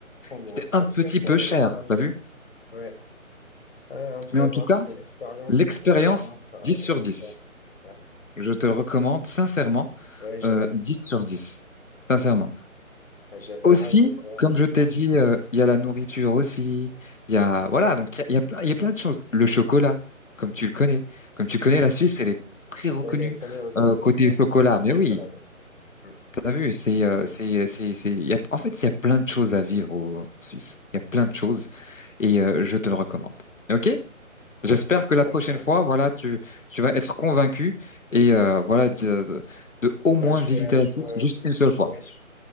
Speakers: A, on the left; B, on the left.
A: Trop bien.
B: c'était un
A: En
B: petit
A: tout cas, c'est
B: peu cher,
A: c'est vrai.
B: t'as
A: que-
B: vu?
A: Ouais. Euh, en tout
B: Mais
A: cas,
B: en
A: vraiment,
B: tout cas,
A: c'est une expérience,
B: l'expérience
A: c'est une expérience à, à
B: 10 sur 10.
A: faire. Ouais,
B: Je te le recommande sincèrement,
A: ouais, je
B: euh,
A: la-
B: 10 sur dix Sincèrement.
A: j'adorerais
B: Aussi,
A: le faire.
B: comme
A: Je
B: je
A: vais
B: t'ai
A: voir.
B: dit, euh, il y a la nourriture aussi. Il y a, voilà, donc il y a, il y a plein, il y a plein de choses. Le chocolat, comme tu le connais. Comme tu connais, la Suisse, elle est très reconnue
A: Ouais, les connais aussi
B: euh, côté
A: pour. Euh,
B: chocolat.
A: ah,
B: Mais
A: je
B: oui,
A: suis pas là. Hmm.
B: t'as vu, c'est, euh, c'est, c'est, c'est, il y a, en fait, il y a plein de choses à vivre au- en Suisse. Il y a plein de choses et euh, je te le recommande. OK? J'espère
A: Ok,
B: que
A: très
B: la prochaine
A: bien.
B: fois, voilà, tu, tu vas être convaincu et euh, voilà, de, de de au moins
A: Bah, je, suis,
B: visiter
A: euh,
B: la
A: je, suis,
B: Suisse
A: euh,
B: juste une seule fois.
A: ouais, je-